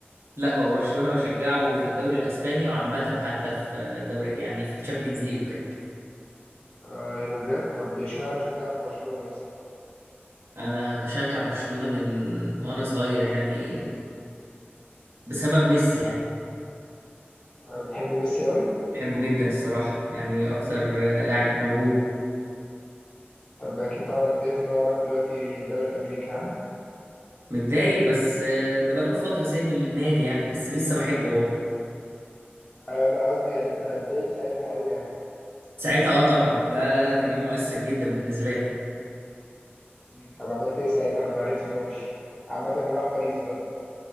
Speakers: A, on the right; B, on the left.
A: لا هو برشلونة بشجعه في الدوري الاسباني وعامة حتى في الدوري يعني في الشامبيونز ليج وكده
B: اه ايه ده بجد طب اشمعنى شجعت برشلونة مثلا
A: انا بشجع برشلونة من وانا صغير يعني بسبب ميسي يعني
B: آه بتحب ميسي قوي
A: بحبه جدا الصراحة يعني اكتر آه، لاعب موهوب
B: طب اكيد طبعا اتضايقت ان هو راح دلوقتي الدوري الامريكي ها
A: متضايق بس آه، ده بقاله فترة سايب النادي يعني بس لسه بحبه برضه
B: ايوه لا قصدي يعني انت اتضايقت ساعتها قوي يعني
A: ساعتها اه طبعا لا لا لا كان يوم مؤثر جدا بالنسبة لي
B: مم، طب عملت ايه ساعتها لما عرفت ان هو مشي عامة إنه راح باريس بقى